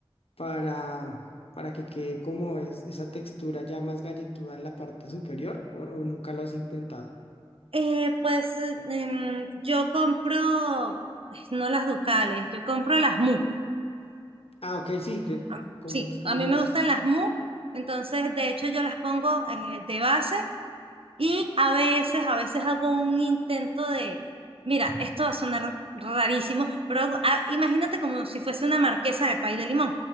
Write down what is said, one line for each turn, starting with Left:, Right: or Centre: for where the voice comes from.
Left: para, para que quede como es esa textura ya más galletuda en la parte superior o, o nunca lo has intentado.
Right: eh, pues eh, em, yo compro, no las Ducales, yo compro las Mu.
Left: Ah, ok, sí, que
Right: Ah,
Left: como
Right: Sí,
Left: es como
Right: a mí
Left: las,
Right: me gustan las Mu, entonces de hecho yo las pongo eh, de base Y a veces, a veces hago un intento de, mira, esto va a sonar rarísimo, pero hago- ah, imagínate como si fuese una marquesa de pay de limón.